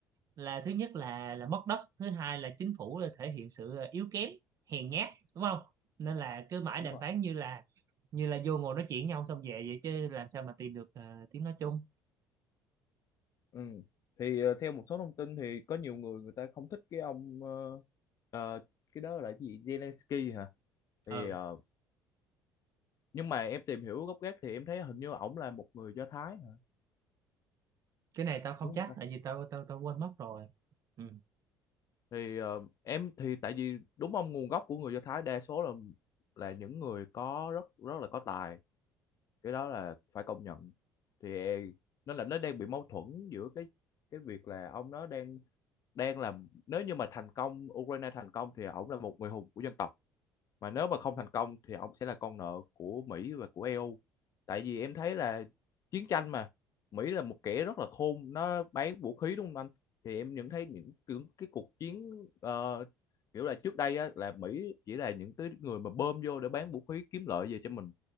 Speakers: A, on the right; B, on the left.
A: là thứ nhất là là mất đất thứ hai là chính phủ là thể hiện sự à, yếu kém hèn nhát đúng không nên là cứ mãi
B: đúng
A: đàm
B: rồi
A: phán như là như là vô ngồi nói chuyện nhau xong về vậy chứ làm sao mà tìm được ờ, tiếng nói chung
B: ừ. thì ờ, theo một số thông tin thì có nhiều người người ta không thích cái ông ờ, ờ, cái đó là cái gì Zelensky hả thì
A: ừ
B: ờ, nhưng mà em tìm hiểu gốc gác thì em thấy hình như ổng là một người Do Thái hả
A: cái này tao không
B: đúng
A: chắc
B: không ta
A: tại vì tao tao tao quên mất rồi ừ.
B: thì ờ, em thì tại vì đúng ông nguồn gốc của người Do Thái đa số là là những người có rất rất là có tài cái đó là phải công nhận thì ờ, nó là nó đang bị mâu thuẫn giữa cái cái việc là ông nó đang đang làm nếu như mà thành công Ukraine thành công thì ổng là một người hùng của dân tộc mà nếu mà không thành công thì ông sẽ là con nợ của Mỹ và của EU tại vì em thấy là chiến tranh mà Mỹ là một kẻ rất là khôn nó bán vũ khí đúng không anh thì em nhận thấy những những cái cuộc chiến ờ, kiểu là trước đây á, là Mỹ chỉ là những cái người mà bơm vô để bán vũ khí kiếm lợi về cho mình